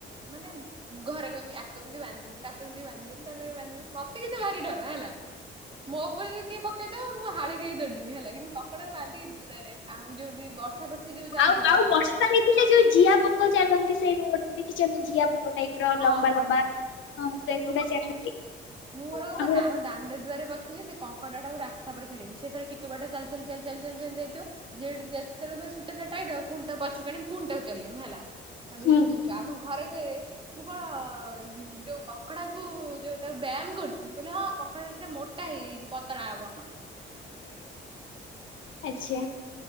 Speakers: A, on the right; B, on the left.
A: ମାନେ ଘରେ କଇମି ଆକୁ ଏମିତି ବାନ୍ଧିିଦିଅ ତାକୁ ଏମିତି ବାନ୍ଧିଦିଅ ତାକୁ କେମି ବାନ୍ଧିବୁ ମତେ କିନ୍ତୁ ଭାରି ଡର ହେଲା ମୋ ଉପରେ ଯି କିଏ ପକେଇଦବ ମୁଁ ହାଳି ଖାଇ ଦଡଡିିବି ହେଲା କିନ୍ତୁ କପଡାକୁ ବାନ୍ଧିକି ଦୂରରେ ଆଉ ଯୋଉଠି ବର୍ଷା ବର୍ଷି ଯୋଉ ଯାଉଥିବ
B: ଆଉ, ଆଉ
A: ହେଲା
B: ବର୍ଷା ହେଇଥିଲେ ଯୋଉ ଜିଆ ପୋକ ଚାଲନ୍ତି, ସେଇ ରଟ ଦେଖିଛ ନା ଜିଆ ପୋକ ଟାଇପ ର
A: ହଁ
B: ଲମ୍ବା
A: ହଁ
B: ଲମ୍ବା ହଁ ସେଗୁଡା ଚାଲନ୍ତି
A: ମୁଁ ର କ
B: ଆଉ
A: ଆମ ଦାଣ୍ଡ ଦୁଆରେ ବସ ସେ କଙ୍କଡା ଟା ଟାକୁ ରାସ୍ତା ଛାଡିବି, ସେଥର ଟିକେ ବାଟ ଚାଲି ଚାଲି ଚାଲି ଚାଲି ଚାଲି ଯାଇଥିବ, ଯେତେବେଳେ ସୂତାଟା ଟାଇଟ ହବ ପୁଣି ତାକୁ ପଛୁକ ଆଣି ପୁଣି ତାକୁ ଚଲେଇମି ହେଲା, ହେଠୁ
B: ହୁଁ
A: ଆମ ଘରେ ମୁଁ କଣ ଯୋଉ କଙ୍କଡା କୁ ଯୋଉ, ତାକୁ ବ୍ୟାୟାମ କରୁଛିୁ, ମୁଁ କହିଲି ହଁ କଙ୍କଡାେ ମୋଟା ହେଇ ଯାଇଛି ପତଳା ହବ
B: ଆଚ୍ଛା।